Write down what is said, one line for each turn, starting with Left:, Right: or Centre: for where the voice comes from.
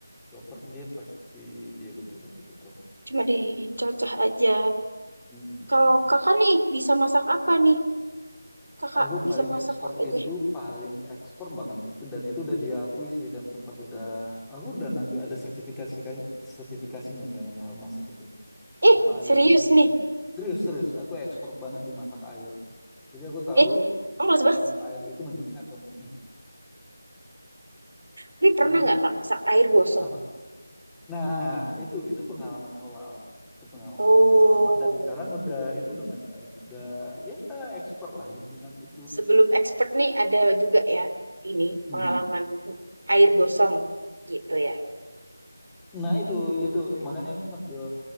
Centre: chopper dia pasti, iya betul betul betul.
Right: cuma dicacah aja
Centre: Hmm.
Right: kalau
Centre: hmm.
Right: kakak nih bisa masak apa nih kakak
Centre: Aku
Right: bisa
Centre: paling
Right: masak
Centre: expert
Right: apa aja
Centre: itu, paling expert banget itu dan itu udah diakui sih dan sempat udah, aku udah ngambil ada sertifikasi kan, sertifikasinya dalam hal masak itu. Yang
Right: eh
Centre: paling
Right: serius nih
Centre: serius serius, aku expert banget di masak air. Jadi aku tahu
Right: eh kamu males banget
Centre: eh, air itu mendidih atau enggaknya.
Right: Tapi pernah
Centre: <laughs> Jadi
Right: nggak Kak masak air gosong?
Centre: apa? Nah, itu itu pengalaman awal. Itu pengalaman,
Right: Oh,
Centre: pengalaman awal dan sekarang udah itu udah nggak ada lagi. Udah ya expert lah di bidang itu.
Right: sebelum expert nih ada juga ya ini
Centre: Hmm.
Right: pengalaman air gosong gitu ya.
Centre: Nah, itu itu makanya aku ngambil